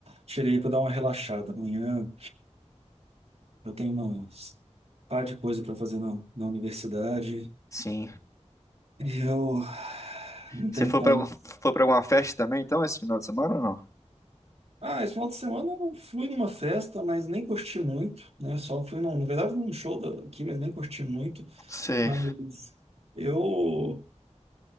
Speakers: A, on the right; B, on the left.
A: tirei para dar uma relaxada. Amanhã eu tenho umas par de coisa para fazer na, na universidade.
B: Sim.
A: E eu não
B: Você
A: tenho
B: foi
A: como
B: pra algum- foi para alguma festa também, então, esse final de semana ou não?
A: Ah, esse final de semana eu fui numa festa, mas nem curti muito, né? Só fui, num, na verdade, num show da- aqui, mas nem curti muito.
B: sim
A: Mas eu.